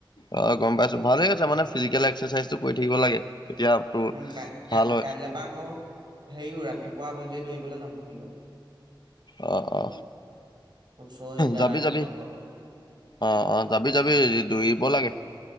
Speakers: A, on the left; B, on the right.
A: অ, গম পাইছো ভালে হৈছে, মানে ফিজিকেল এক্সাচীজ কৰি থাকিব লাগে। তেতিয়া তোৰ
B: উম, ক, ক,
A: ভাল হয়
B: কাইলৈ পৰা আকৌ হেৰিও ৰাতিপুৱা আবেলি দৌৰিবলৈ যাম ফিল্ডত।
A: আহ, অ।
B: ওচৰৰে দাদা
A: যাবি
B: কেইটামানৰ
A: যাবি,
B: লগত
A: অ, অ, যাবি -যাবি হে দৰিব লাগে।